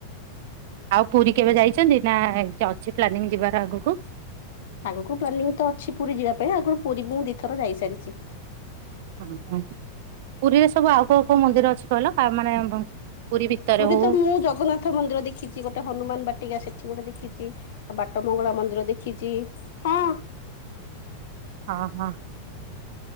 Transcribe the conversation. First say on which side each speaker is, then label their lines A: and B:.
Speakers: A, on the right (about 50°); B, on the left (about 55°).
A: ଆଉ ପୁରୀ କେବେ ଯାଇଛନ୍ତି ନା ଅଛି ପ୍ଲାନିଂ ଯିବାର ଆଗକୁ?
B: ଆଗକୁ ପ୍ଲାନିଂ ତ ଅଛି ପୁରୀ ଯିବା ପାଇଁ ଆଗରୁ ପୁରୀ ମୁ ଦି ଥର ଯାଇସାରିଛି।
A: ହୁଁ ହୁଁ, ପୁରୀରେ ସବୁ ଆଉ କଉ କଉ ମନ୍ଦିର ଅଛି କହିଲ ମାନେ? ଭିତରେ
B: ପୁରୀ
A: ହଉ
B: ତ ମୁଁ ଜଗନ୍ନାଥ ମନ୍ଦିର ଦେଖିଛି ଗୋଟେ, ହନୁମାନ ବାଟିକା ସେଠି ଗୋଟେ ଦେଖିଛି। ବାଟ ମଙ୍ଗଳା ମନ୍ଦିର ଦେଖିଚି ହଁ।
A: ଅ ହଁ।